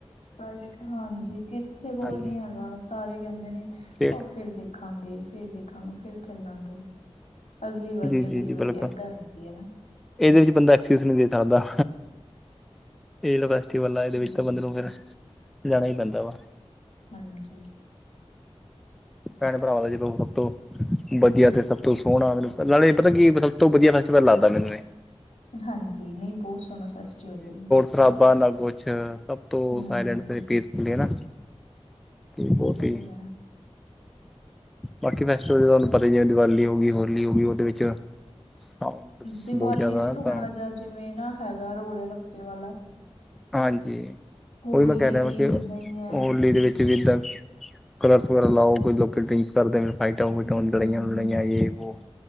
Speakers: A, on the left (about 85°); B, in the centre.
A: ਕਸ਼ਟ, ਹਾਂਜੀ ਕਿਸੇ ਕੋਲ
B: ਹਾਂਜੀ
A: ਨੀ ਹੈਗਾ, ਸਾਰੇ ਕਹਿੰਦੇ ਨੇ
B: ਸਟੇਟ
A: ਉਹ ਫਿਰ ਦੇਖ ਦੇਖਾਂਗੇ, ਫਿਰ ਦੇਖਾਂਗੇ, ਫਿਰ ਚੱਲਾਂਗੇ। ਅਗਲੀ ਵਾਰੀ,
B: ਜੀ
A: ਅਗਲੀ
B: ਜੀ ਜੀ
A: ਵਾਰੀ,
B: ਬਿਲਕੁਲ
A: ਏਦਾਂ ਹੁੰਦੀ ਹੈ ਨਾ।
B: ਇਹਦੇ ਵਿੱਚ ਬੰਦਾ ਐਕਸਕਿਊਜ ਨਹੀਂ ਦੇ ਸਕਦਾ, ਇਹ ਲੋ ਏਹ ਬੰਦਾ, ਇਹਦੇ
A: ਹੂੰ
B: ਵਿੱਚ ਤਾਂ ਬੰਦੇ ਨੂੰ ਫਿਰ, ਜਾਣਾ ਹੀ ਪੈਂਦਾ ਵਾ।
A: ਹਾਂਜੀ।
B: ਭੈਣ ਭਰਾਵਾਂ ਦਾ ਜਦੋਂ, ਸਭ ਤੋਂ ਵਧੀਆ ਤੇ ਸਭ ਤੋਂ ਸੋਹਣਾ, ਮੈਂਨੂੰ ਨਾਲੇ ਪਤਾ ਕੀ ਐ, ਸਭ ਤੋਂ ਵਧੀਆ ਫੈਸਟੀਵਲ ਲਗਦਾ ਮੈਨੂੰ ਇਹ।
A: ਹਾਂਜੀ, ਨਹੀਂ ਬਹੁਤ ਸੋਹਣਾ ਫੈਸਟੀਵਲ ਵੇ।
B: ਸਰਾਬਾ ਨਾ ਕੁਛ, ਸਭ ਤੋਂ
A: ਹੂੰ
B: ਸਾਇਲੈਂਟ ਤੇ ਪੀਸਫੁਲੀ ਹੈਨਾ ਤੇ ਬਹੁਤੀ
A: ਸਹੀ ਹੈ
B: ਬਾਕੀ ਫੈਸਟੀਵਲ ਤੁਹਾਨੂੰ ਪਤਾ ਹੀ ਹੈ, ਜਿਵੇਂ ਦੀਵਾਲੀ ਹੋ ਗਈ ਹੋਲੀ ਹੋ ਗਈ, ਉਹਦੇ ਵਿੱਚ ਸਾਊਂਡ
A: ਦੀਵਾਲੀ
B: ਬਹੁਤ ਜ਼ਿਆਦਾ
A: ਵੀ ਥੋੜ੍ਹਾ
B: ਤਾਂ
A: ਜਿਹਾ ਜਿਵੇਂ ਨਾ ਹੈਗਾ, ਰੋਲੇ ਰੱਪੇ ਵਾਲਾ।
B: ਹਾਂਜੀ,
A: ਹੋਲੀ
B: ਉਹੀ ਮੈਂ ਕਹਿ ਰਿਹਾ ਵਾਂ,
A: ਵੀ
B: ਕਿ
A: ਏਦਾਂ ਹੀ ਹੈ
B: ਹੋਲੀ ਦੇ ਵਿੱਚ ਵੀ ਇਦਾਂ ਕਲਰ੍ਸ ਵਗੈਰਾ ਲਾਓ, ਕੁਝ ਲੋਕ ਡਰਿੰਕਸ ਕਰਦੇ ਨੇ। ਆਈਟਾਂ ਲੂਇਟਾਂ, ਹੁਣ
A: ਹਮ
B: ਲੜਾਈਆਂ ਲੜਿਆਂ ਏ ਵੋ।